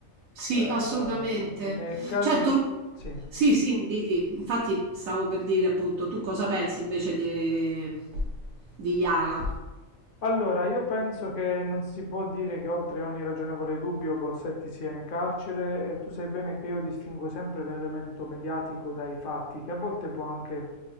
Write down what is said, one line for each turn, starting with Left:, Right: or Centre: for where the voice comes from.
Right: sì,
Left: Eh, nel
Right: assolutamente.
Left: caso...
Right: Certo,
Left: Sì,
Right: sì,
Left: dimmi.
Right: sì, di, di. Infatti stavo per dire appunto, tu cosa pensi invece de- di Yara?
Left: Allora, io penso che non si può dire che oltre ogni ragionevole dubbio Bossetti sia in carcere e tu sai bene che io distingo sempre l'elemento mediatico dai fatti, che a volte può anche,